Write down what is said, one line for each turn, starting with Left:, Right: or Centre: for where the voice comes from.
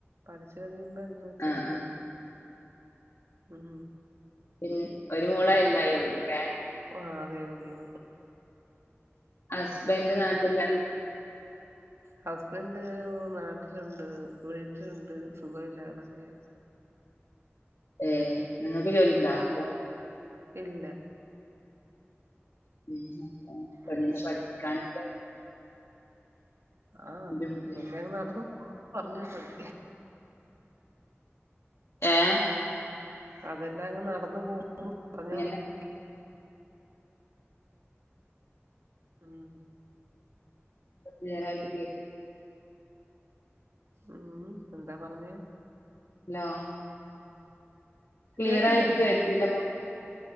Right: പഠിച്ചു കഴിയുമ്പൊ എന്തന്ന് വെച്ചാ
Left: ആഹ്
Right: ചെയ്യാം
Left: ആഹ്
Right: ഉം
Left: പിന്നെ ഒരു മോളെ എന്തായാലും ഒള്ളൂ ഏ
Right: ആ അതേ ഒള്ളൂ
Left: ഹസ്ബന്റ് നാട്ടില
Right: ഹസ്ബൻഡ് നാട്ട്ലുണ്ട്. വീട്ട്ലുണ്ട്. സുഖവില്ലാകെടക്കുകയാ.
Left: ഏഹ് ഇങ്ങക്ക് ജോലി ഇണ്ടാ
Right: ഉം
Left: അപ്പൊ?
Right: ഇല്ല.
Left: പിന്നെ പ്പൊ പെണ്ണിനെ
Right: ഉം
Left: പഠിപ്പിക്കാനൊക്കെ.
Right: ആഹ്
Left: ബുദ്ധിമുട്ടില്ലേ
Right: ഒക്കെങ്ങ് നടന്ന് പോവാ ന്ന് പർഞ്ഞാ മതി.
Left: ഏഹ്
Right: അതെല്ലാങ്ങ് നടന്ന് പോവുന്നു ന്ന് പറഞ്ഞാ
Left: എങ്ങനെ
Right: മതി. ഉം.
Left: ക്ലിയറായിട്ട് കേ
Right: ഉം എന്താ പറഞ്ഞെ?
Left: ലോ. ക്ലിയറായിട്ട്
Right: കേട്ടില്ല
Left: കേട്ടില മുർഞ്ഞ്